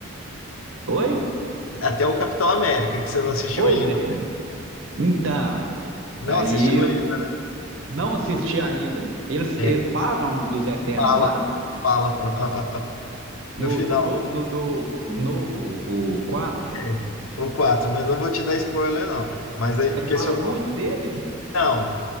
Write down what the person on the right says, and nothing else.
Oi?
Pois
é. Então,
aí
eu não assisti ainda. Eles,
eles falam dos Eternos
lá,
no
do, bo- no do novo, o 4.
Ele
fala
muito
deles?